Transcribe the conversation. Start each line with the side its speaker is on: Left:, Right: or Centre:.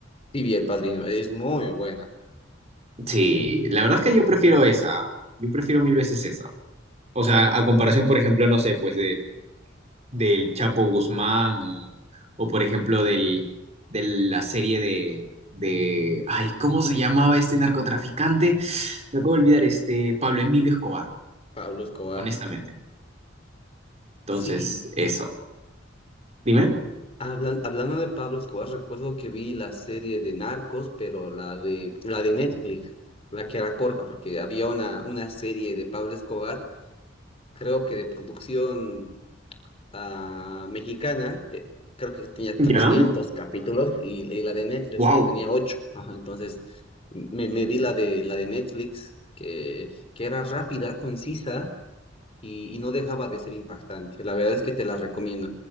Left: Sí, vi El Padrino. Es muy buena.
Right: Sí,
Left: eh,
Right: la verdad es que yo prefiero esa. Yo prefiero mil veces esa. O sea, a comparación, por ejemplo, no sé, pues de, del Chapo Guzmán o, o por ejemplo, del, de la serie de, de... Ay, ¿cómo se llamaba este narcotraficante? Me acabo de olvidar, este Pablo Emilio Escobar,
Left: Pablo Escobar.
Right: honestamente. Entonces,
Left: Sí,
Right: eso. Dime.
Left: hablan- hablando de Pablo Escobar, recuerdo que vi la serie de Narcos, pero la de, la de Netflix, la que era corta, porque había una, una serie de Pablo Escobar, creo que de producción ah, mexicana, que creo que tenía
Right: Ya.
Left: 300 capítulos, y, y la de Netflix,
Right: Wow.
Left: que tenía ocho Ajá, entonces, me, me vi la de, la de Netflix, que, que era rápida, concisa, y, y no dejaba de ser impactante. La verdad es que te la recomiendo.